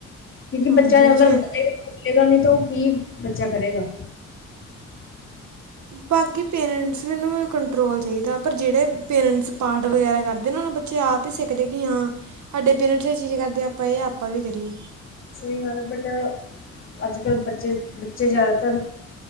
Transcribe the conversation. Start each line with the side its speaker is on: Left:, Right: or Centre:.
Left: ਕਿਉਂਕਿ, ਬੱਚਾ
Right: ਹਾਂਜੀ
Left: ਅਗਰ
Right: ਜੇ
Left: ਵਧੇਗਾ, ਫੁਲੇਗਾ ਨਹੀਂ ਤਾਂ ਉਹ ਕੀ ਬੱਚਾ ਕਰੇਗਾ?
Right: ਬਾਕੀ ਪੇਰੈਂਟਸ ਨੂੰ ਕੰਟਰੋਲ ਚਾਹੀਦਾ, ਪਰ ਜਿਹੜੇ ਪੇਰੈਂਟਸ, ਪਾਠ ਵਗੈਰਾ ਕਰਦੇ ਨਾ, ਉਹਨਾਂ ਬੱਚੇ, ਆਪ ਹੀ ਸਿੱਖਦੇ ਕਿ, ਹਾਂ ਸਾਡੇ ਪੇਰੈਂਟਸ ਇਹ ਚੀਜ਼ ਕਰਦੇ, ਆਪਾਂ ਇਹ ਆਪਾਂ ਵੀ ਕਰੀਏ
Left: ਸਹੀ ਗੱਲ ਹੈ, ਬਟ ਅੱਜ -ਕੱਲ੍ਹ ਬੱੱਚੇ, ਬੱਚੇ ਜ਼ਿਆਦਾਤਰ